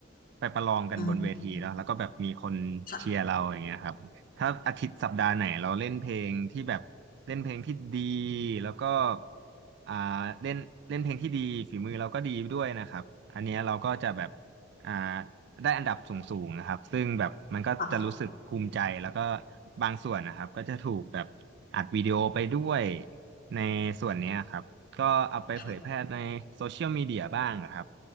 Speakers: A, on the right; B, on the left.
A: ไปประลองกันบนเวทีเนาะแล้วก็แบบมีคนเชียร์เราอย่างเงี้ยครับถ้าอาทิตย์สัปดาห์ไหนเราเล่นเพลงที่แบบเล่นเพลงที่ดี
B: อืมค่ะ
A: แล้วก็อ่าเล่นเล่นเพลงที่ดีฝีมือเราก็ดีด้วยนะครับอันเนี้ยเราก็จะแบบอ่า ได้อันดับสูงๆนะครับซึ่งแบบมันก็จะรู้สึกภูมิใจ
B: ค่ะ
A: แล้วก็บางส่วนนะครับก็จะถูกแบบอัดวิดีโอไปด้วยในส่วนเนี้ยครับ ก็เอาไปเผยแพร่ในโซเชียลมีเดียบ้างนะครับ
B: ค่ะ